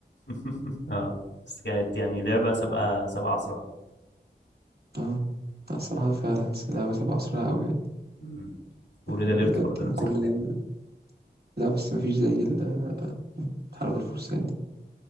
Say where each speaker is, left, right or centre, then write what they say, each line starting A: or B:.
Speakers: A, on the left; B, on the right.
A: <laughs> اه بس كانت يعني لعبة سابقة سابقة عصرها
B: اه لا، الصراحة فعلا بس اللعبة سابقة أسرع أوي يعني
A: مم. وريد
B: بجد
A: اليرت برضه
B: يعني
A: نفس
B: كل
A: الكلام
B: ال... لا بس مفيش زي ال- الحرب الفرسان دي